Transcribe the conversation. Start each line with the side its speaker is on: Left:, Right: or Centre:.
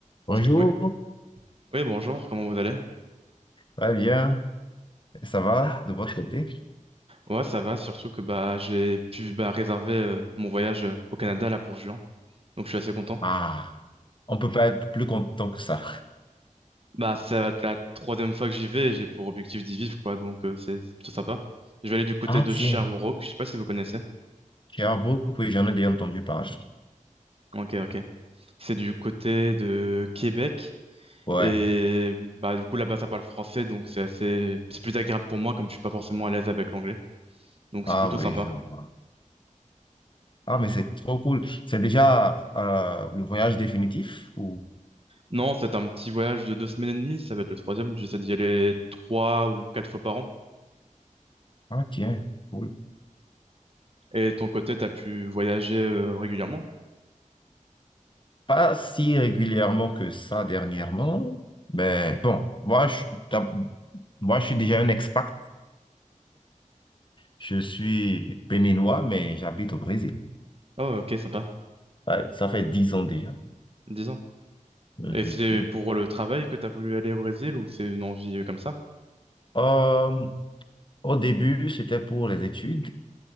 Left: Bonjour,
Right: Oui, oui, bonjour, comment vous allez?
Left: ça va bien? Et Ça va de votre côté?
Right: Ouais, ça va, surtout que bah j'ai pu bah, réserver euh, mon voyage euh, au Canada là pour juin. Donc je suis assez content.
Left: Ah, on peut pas être plus content que ça.
Right: Bah ça va être la troisième fois que j'y vais et j'ai pour objectif d'y vivre quoi, donc euh, c'est c'est plutôt sympa. Je vais aller du côté
Left: Ah
Right: de
Left: tiens,
Right: Sherbrooke, je sais pas si vous connaissez.
Left: Sherbrooke, oui, j'en ai déjà entendu parler.
Right: Ok, ok. C'est du côté de Québec.
Left: Ouais,
Right: Et bah du coup là-bas ça parle français, donc c'est assez c'est plus agréable pour moi comme je suis pas forcément à l'aise avec l'anglais. Donc
Left: ah
Right: c'est plutôt
Left: oui,
Right: sympa.
Left: je vois. Ah mais c'est trop cool. C'est déjà euh, le voyage définitif ou...
Right: Non, c'est un petit voyage de deux semaines et demie, ça va être le troisième. J'essaie d'y aller trois ou quatre fois par an.
Left: Ah tiens, cool.
Right: Et de ton côté, t'as pu voyager euh, régulièrement?
Left: Pas si régulièrement que ça dernièrement, mais bon, moi je, d'ab- moi, je suis déjà un expat. Je suis béninois, mais j'habite au Brésil.
Right: Oh, ok, sympa.
Left: Ouais, ça fait dix ans déjà.
Right: Dix ans.
Left: Mhm.
Right: Et c'est pour le travail que t'as voulu aller au Brésil ou c'est une envie euh, comme ça?
Left: Euh, Au début, c'était pour les études.